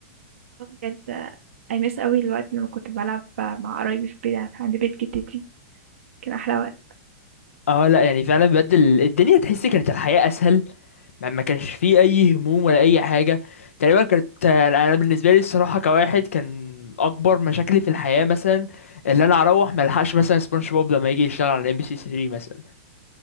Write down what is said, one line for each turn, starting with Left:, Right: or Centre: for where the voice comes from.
Right: آه بجد I miss أوي الوقت لمّا كنت بالعب مع قرايبي في البيت عند بيت جدتي، كان أحلى وقت،
Left: اه لا يعني فعلا بدل الدنيا تحسي كانت الحياة اسهل ما ما كانش فيه اي هموم ولا اي حاجه تقريبا كانت انا بالنسبه لي الصراحه كواحد كان اكبر مشاكلي في الحياه مثلا اللي انا اروح ما الحقش مثلا سبونج بوب لما يجي يشتغل على ام بي سي 3 مثلا